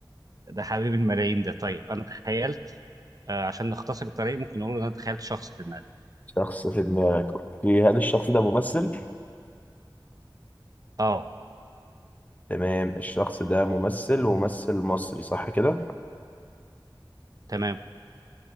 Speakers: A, on the right; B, on the left.
A: ده حبيب الملايين ده طيب انا تخيلت آه عشان نختصر الطريق ممكن نقول ان انا تخيلت شخص في دماغي
B: شخص في دماغك اوكي هل الشخص ده ممثل
A: اه
B: تمام الشخص ده ممثل وممثل مصري صح كده؟
A: تمام